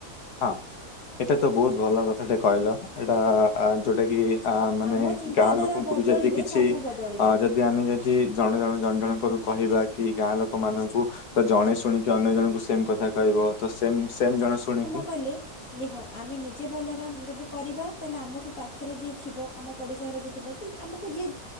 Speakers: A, on the left; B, on the left.
A: ହଁ ଏଟା ତ ବହୁତ ଭଲ କଥାଟେ କହିଲ ଏଟା ଆ ଯୋଉଟା କି ଆ ମାନେ
B: ଆମ ଚିନ୍ତାଧାରା
A: ଗାଁ ଲୋକଙ୍କୁ
B: ବଦଳିଲେ
A: ବି ଯଦି କିଛି
B: ସବୁ ବଦଳିବ
A: ଅ ଯ ଜେ ଆମେ ଯଦି ଜଣ ଜଣ ଜଣ ଜଣଙ୍କରୁ କହିବା କି ଗାଁ ଲୋକମାନଙ୍କୁ ତ ଜଣେ ଶୁଣିକି ଅନ୍ୟ ଜଣଙ୍କୁ ସେମ୍ କଥା କହିବ ତ ସେମ୍ ସେମ ଜଣେ ଶୁଣି
B: କହିଲେ ଦେଖ। ଆମେ ନିଜେ ଭଲ କାମ ଯଦି କରିବା ତାହେଲେ ଆମଠୁ ପାଖରେ ଯିଏ ଥିବ ଆମ ପଡ଼ିଶାରେ ଯିଏ ଥିବ। କି ଆମକୁ ଯିଏ